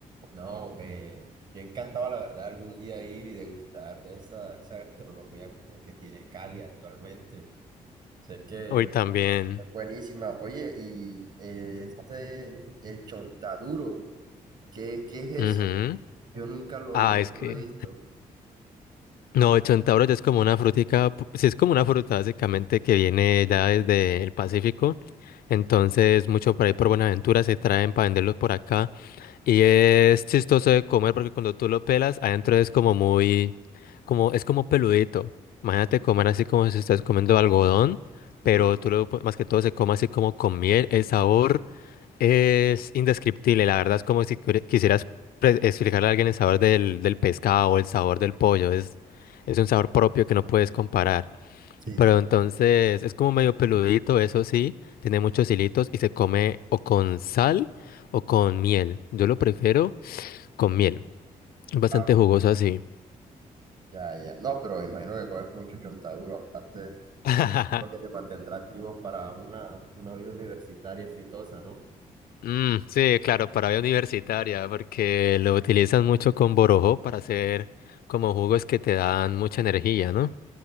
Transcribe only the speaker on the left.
Hoy también.
Ujú.
Ah,
es que.
No, el centauro ya es como una frutica, pu- sí es como una fruta básicamente que viene ya desde el Pacífico. Entonces, mucho por ahí por Buenaventura se traen para venderlos por acá. Y es chistoso de comer porque cuando tú lo pelas, adentro es como muy, como, es como peludito. Imagínate comer así como si estás comiendo algodón,
pero tú lo, pu- más que todo se come así como con miel, el sabor. Es indescriptible, la verdad es como si cure- quisieras pre- explicarle a alguien el sabor del, del pescado o el sabor del pollo. Es, es un sabor propio que no puedes comparar.
Pero
entonces es como medio peludito, eso sí, tiene muchos hilitos y se come o con sal o con miel. Yo lo prefiero con miel. Es bastante
jugoso así.
<laughs>
Mm, sí, claro, para vida universitaria, porque lo utilizan mucho con borojó para hacer como jugos que te dan mucha energía, ¿no?